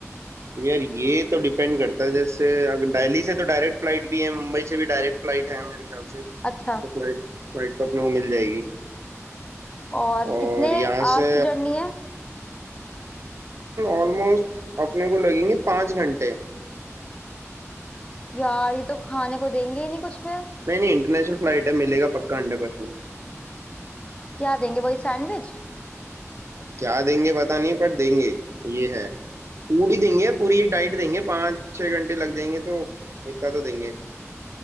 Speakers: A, on the right; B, on the left.
A: अब यार ये तो डिपेंड करता है जैसे अगर दिल्ली से तो डायरेक्ट फ्लाइट भी है मुंबई से भी डायरेक्ट फ्लाइट है मेरे ख्याल से
B: अच्छा
A: तो फ्लाइट फ्लाइट तो अपने को मिल जाएगी
B: और
A: और
B: कितने
A: यहाँ
B: आवर्स
A: से
B: की जर्नी है
A: ऑलमोस्ट अपने को लगेंगे पाँच घंटे
B: यार ये तो खाने को देंगे ही नहीं कुछ फिर
A: नहीं नहीं इंटरनेशनल फ्लाइट है मिलेगा पक्का हंड्रेड परसेंट
B: क्या देंगे वही सैंडविच
A: अब क्या देंगे पता नहीं पर देंगे ये है पूरी देंगे पूरी एक डाइट देंगे पाँच छह घंटे लग जाएंगे तो इतना तो देंगे